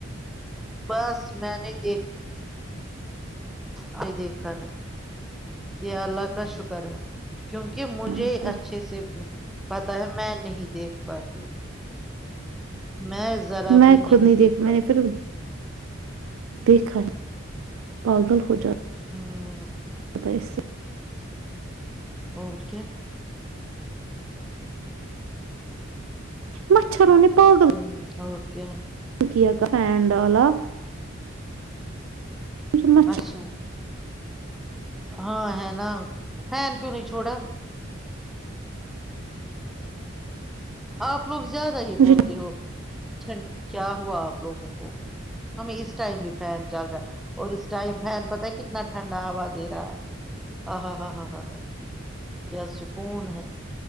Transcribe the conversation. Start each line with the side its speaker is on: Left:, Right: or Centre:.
Centre: بس میں نے دیکھ میں دیکھا نہیں یہ اللہ کا شکر ہے کیونکہ
Right: نہیں
Centre: مجھے اچھے سے پتا ہے میں نہیں دیکھ پاتی میں ذرا
Right: میں
Centre: بھی
Right: خود نہیں دیکھ میں
Centre: پاتی
Right: نے پھر دیکھا ہے پاگل ہو جا
Centre: ہاں
Right: بتہ ہے اس سے
Centre: اور کیا
Right: مچھروں نے پاگل
Centre: ہوں اور کیا
Right: سکیا کا فین ڈالا مجھے مچھ
Centre: اچھا ہاں ہے نا فین کیوں نہیں چھوڑا آپ لوگ زیادہ ہی
Right: مجھے
Centre: بولتے ہو ٹھنڈ کیا ہوا آپ لوگوں کو ہمیں اس ٹائم بھی فین چل رہا ہے اور اس ٹائم فین پتا ہے کتنا ٹھنڈا ہوا دے رہا ہے آہا ہا ہا ہا ہا کیا سکون ہے